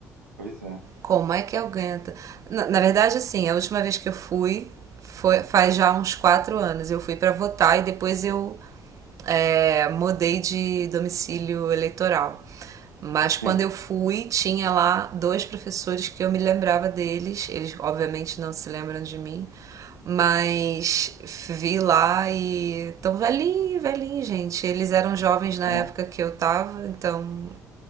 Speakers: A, on the right; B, on the right.
A: Pois é,
B: Como é que aguenta? Na, na verdade, assim, a última vez que eu fui foi faz já uns quatro anos. Eu fui para votar e depois eu é, mudei de domicílio eleitoral. Mas
A: sim,
B: quando eu fui, tinha lá dois professores que eu me lembrava deles. Eles, obviamente, não se lembram de mim mas vi lá e tão velhinho, velhinho, gente. Eles eram jovens na
A: aham,
B: época que eu tava, então